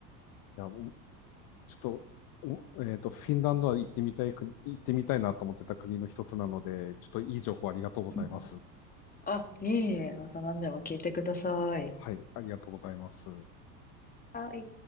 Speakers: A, on the left; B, on the left.
A: や、もうちょっと、おえっと、フィンランドは行ってみたい国、行ってみたいなと思ってた国の一つなので、ちょっといい情報ありがとうございます。
B: うん。あ、いえいえ、また何でも聞いてください。
A: はい、ありがとうございます。
B: はい。